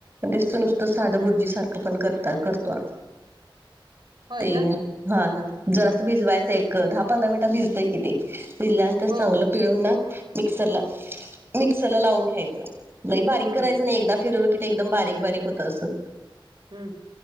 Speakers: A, on the right (about 25°); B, on the right (about 55°).
A: तेत नुसतं साधं भुर्जीसार ते पण करता करतो
B: होय
A: ते.
B: का
A: हा जर असं भिजवायचं एक दहा पंधरा मिनिटं भिजतंय कि ते. दिल्यानंतर
B: हो
A: चांगलं पिळून ना मिक्सरला मिक्सरला लावून घ्यायचं. नाही बारीक
B: हम्म
A: करायचं नाही एकदा फिरवळू कि ते एकदम बारीक बारीक होत असतं.
B: हम्म.